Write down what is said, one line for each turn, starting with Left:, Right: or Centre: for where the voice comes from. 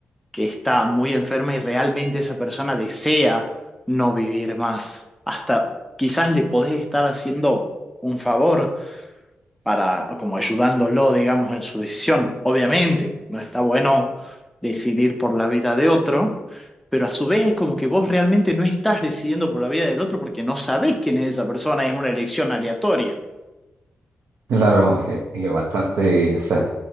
Centre: que está muy enferma y realmente esa persona desea no vivir más. Hasta quizás le podés estar haciendo un favor para, como ayudándolo, digamos, en su decisión. Obviamente, no está bueno decidir por la vida de otro, pero a su vez es como que vos realmente no estás decidiendo por la vida del otro porque no sabés quién es esa persona, es una elección aleatoria.
Right: Claro, es, bastante, o sea,